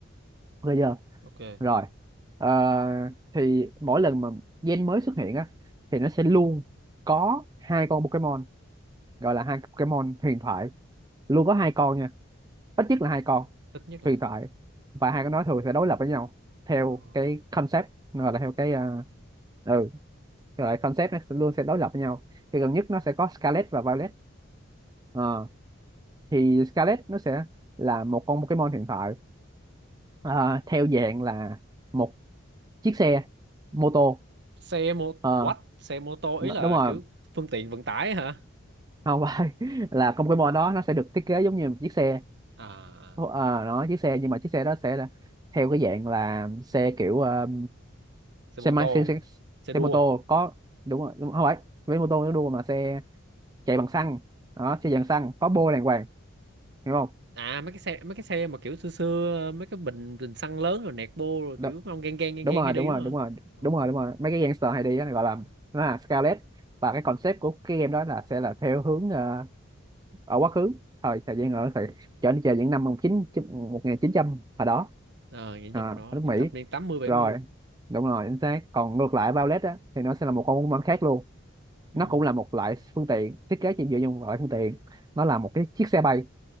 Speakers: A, on the right; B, on the right.
A: ok chưa
B: ok,
A: rồi ờ, thì mỗi lần mà gen mới xuất hiện á thì nó sẽ luôn có hai con Pokemon gọi là hai Pokemon huyền thoại luôn có hai con nha ít nhất là hai con
B: ít nhất là
A: huyền
B: hai
A: thoại
B: con.
A: và hai con đó thường sẽ đối lập với nhau theo
B: Ờ.
A: cái concept gọi là theo cái ờ, ừ gọi là concept nó sẽ luôn sẽ đối lập với nhau thì gần nhất nó sẽ có Scarlet và Violet Ờ, thì Scarlet nó sẽ là một con Pokemon hiện tại ờ, theo dạng là một chiếc xe mô tô
B: xe mô
A: ờ
B: what xe mô tô ý
A: n-
B: là
A: đúng rồi
B: kiểu phương tiện vận tải hả
A: không phải <laughs> là trong cái mô đó nó sẽ được thiết kế giống như một chiếc xe
B: À, à,
A: ờ nó chiếc xe nhưng mà chiếc xe đó sẽ là theo cái dạng là xe kiểu ờ,
B: xe
A: xe
B: mô
A: máy
B: tô
A: xe, xe,
B: xe đua
A: xe mô tô có đúng rồi đúng, không phải với mô tô nó đua mà xe chạy bằng xăng đó xe dạng xăng có bô đàng hoàng hiểu không
B: à mấy cái xe mấy cái xe mà kiểu xưa xưa mấy cái bình bình xăng lớn rồi nẹt bô rồi
A: đúng,
B: kiểu mấy ông gang gang gang
A: đúng
B: gang
A: rồi
B: hay đi
A: đúng
B: đúng
A: rồi
B: không
A: đúng
B: hả
A: rồi
B: Ồ.
A: đúng rồi đúng rồi mấy cái gangster hay đi đó gọi là nó là scarlet và cái concept của cái game đó là sẽ là theo hướng ờ, ở quá khứ thời thời gian ở thời trở đi chờ những năm một chín một nghìn chín trăm hồi đó
B: ờ những
A: à,
B: trong đó
A: ở nước
B: những
A: Mỹ
B: thập niên 80 70
A: rồi đúng rồi chính xác còn ngược lại Violet á thì nó sẽ là một con bóng bóng khác luôn
B: ừ.
A: nó cũng là một loại phương tiện thiết kế chỉ dựa trên một loại phương tiện nó là một cái chiếc xe bay